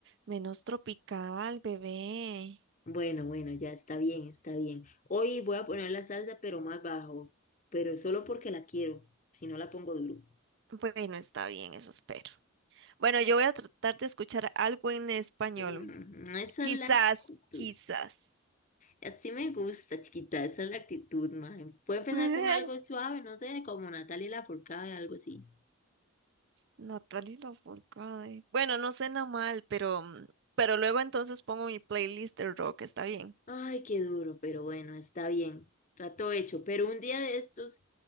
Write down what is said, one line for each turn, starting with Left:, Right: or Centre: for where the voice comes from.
Right: menos tropical, bebé.
Left: Bueno, bueno, ya está bien, está bien. Hoy voy a poner la salsa, pero más bajo, pero solo porque la quiero, si no la pongo duro.
Right: Bueno, está bien, eso espero. Bueno, yo voy a tratar de escuchar algo en español.
Left: Mm, esa
Right: Quizás,
Left: es la actitud.
Right: quizás.
Left: Así me gusta, chiquita, esa es la actitud, mae. Puede empezar
Right: <laughs>
Left: con algo suave, no sé, como Natalia Lafourcade, algo así.
Right: Natalie Lafourcade. Bueno, no suena mal, pero, mm, pero luego entonces pongo mi playlist de rock, está bien.
Left: Ay, qué duro, pero bueno, está bien. Trato hecho. Pero un día de estos,